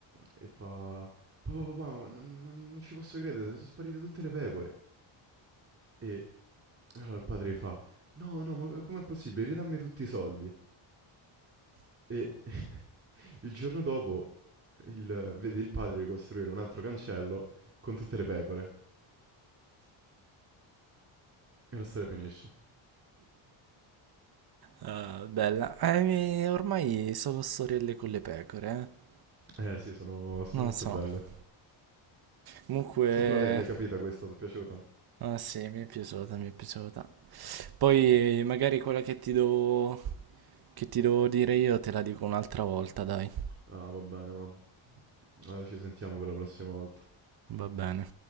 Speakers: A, on the right (about 25°); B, on the right (about 50°).
A: e fa: Papà, papà, non, non- non ci posso credere, sono sparite tutte le pecore. E allora il padre fa: No, no, ma com'è possibile? Ridammi tutti i soldi. E <laughs> il giorno dopo il- vede il padre ricostruire un altro cancello con tutte le pecore. E la storia finisce.
B: Eh, bella. Eh, mi- ormai solo storielle con le pecore, eh.
A: Eh sì, sono, sono
B: Non
A: molto
B: lo so.
A: belle.
B: Comunque...
A: So, però l'hai l'hai capita questa, ti è piaciuta?
B: Ah sì, mi è piaciuta, mi è piaciuta. Poi magari quella che ti do... che ti devo dire io te la dico un'altra volta, dai.
A: Ah, va bene, ma eh, ci sentiamo per la prossima volta.
B: Va bene.